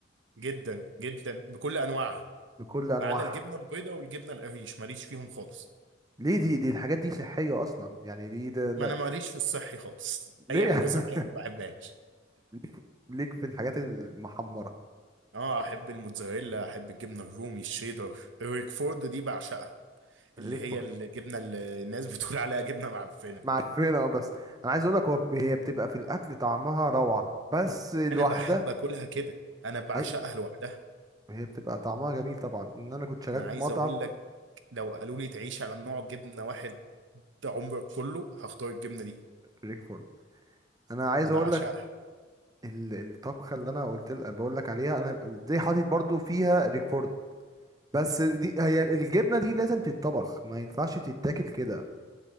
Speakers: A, on the right; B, on the right.
A: جدا جدا بكل انواعها
B: بكل انواعها
A: ما عدا الجبنه البيضاء والجبنه القريش ماليش فيهم خالص
B: ليه دي دي الحاجات دي صحية اصلا يعني دي ده لا-
A: ما انا ماليش في الصحي خالص <laughs>
B: ليه
A: اي حاجه
B: <laughs>
A: صحيه ما بحبهاش
B: ليك ليك في الحاجات المحمرة
A: اه احب الموتزاريلا احب الجبنه الرومي الشيدر الريكفورد دي بعشقها
B: ليك
A: اللي هي
B: في-
A: الجبنه اللي الناس <laughs> بتقول عليها جبنه معفنه
B: معفنة آه، بس انا عايز اقول لك هو هي بتبقى في الاكل طعمها روعة بس لوحدها
A: انا بحب اكلها كده انا بعشقها
B: أي-
A: لوحدها
B: هي بتبقى طعمها جميل طبعا ان انا كنت شغال
A: انا
B: في
A: عايز
B: مطعم
A: اقول لك لو قالوا لي تعيش على نوع جبنه واحد عمرك كله هختار الجبنه دي
B: ريكفورد انا عايز
A: بعشقها
B: اقول لك ال- الطبخه اللي انا قلت لك بقول لك عليها انا دي حاطط برضو فيها ريكفورد بس دي هي الجبنه دي لازم تتطبخ ما ينفعش تتاكل كده